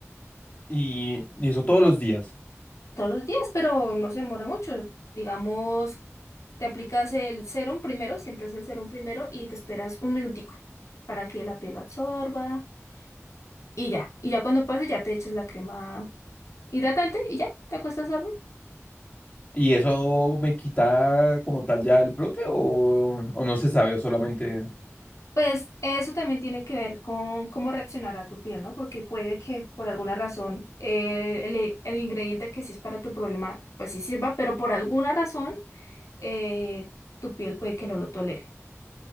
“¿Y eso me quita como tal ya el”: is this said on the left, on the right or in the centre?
Left